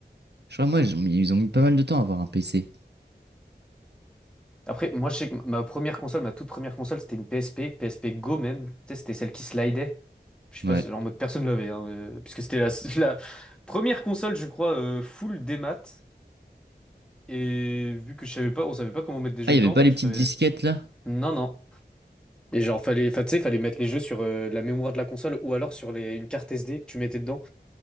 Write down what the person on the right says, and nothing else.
je crois, moi, ils ont mis ils ont mis pas mal de temps à avoir un PC.
Ouais.
Ah, il
y avait pas
les petites
disquettes, là?